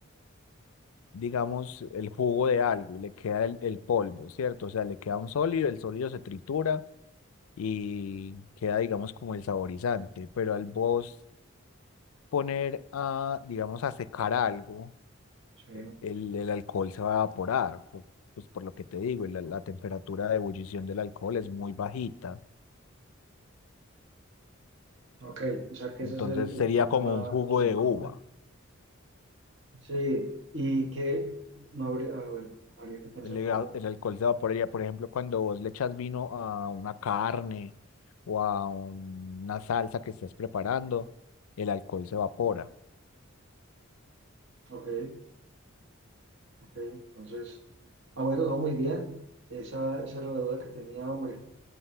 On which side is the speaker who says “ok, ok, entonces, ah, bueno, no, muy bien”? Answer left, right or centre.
Right